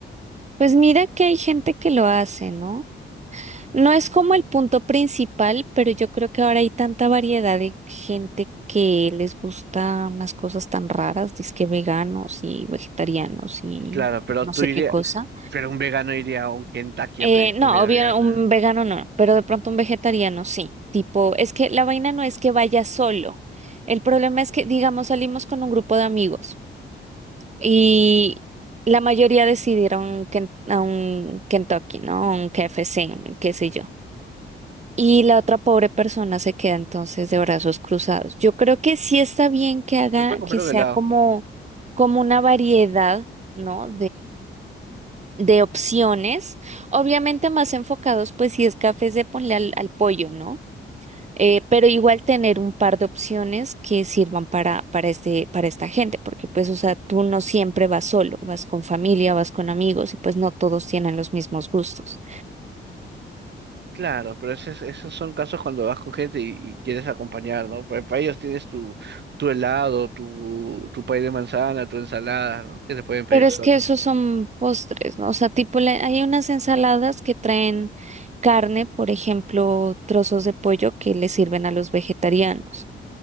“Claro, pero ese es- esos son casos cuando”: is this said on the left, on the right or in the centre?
Right